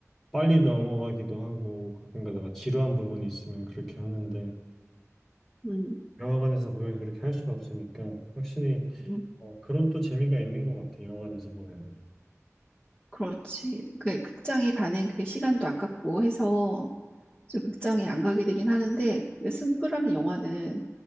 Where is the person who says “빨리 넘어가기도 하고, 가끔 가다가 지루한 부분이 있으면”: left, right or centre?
Centre